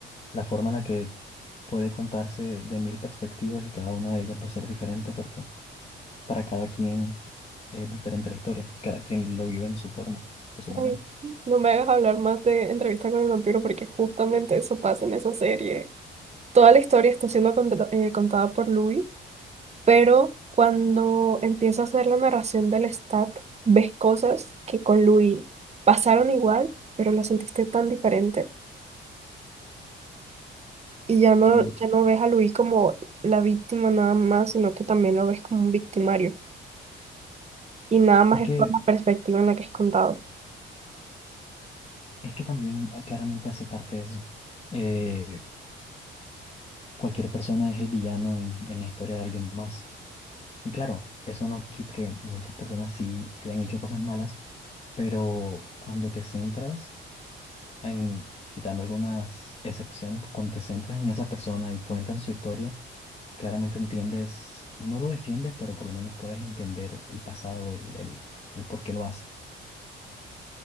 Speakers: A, on the left; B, on the right.
A: la forma en la que puede contarse de mil perspectivas y cada una de ellas va a ser diferente porque para cada quien es diferente la historia, cada quien lo vive en su forma, a su manera.
B: Ay, no me hagas hablar más de Entrevista con el vampiro porque justamente eso pasa en esa serie. Toda la historia está siendo cont- eh, contada por Louis Pero cuando empieza a hacer la narración del stat, ves cosas que con Louis pasaron igual, pero la sentiste tan diferente. Y ya no,
A: Sí.
B: ya no ves a Louis como la víctima nada más, sino que también lo ves como un victimario. Y nada más
A: Es
B: es
A: que,
B: por la perspectiva en la que es contado.
A: es que también ah, claramente hace parte de eso. Eh, cualquier persona es el villano en, en la historia de alguien más. Y claro, eso no quita que muchas personas sí hayan hecho cosas malas, pero cuando te centras en, quitando algunas excepciones, cuando te centras en esa persona y cuentan su historia, claramente entiendes, no lo defiendes, pero por lo menos puedes entender el pasado, el, el, el por qué lo hace.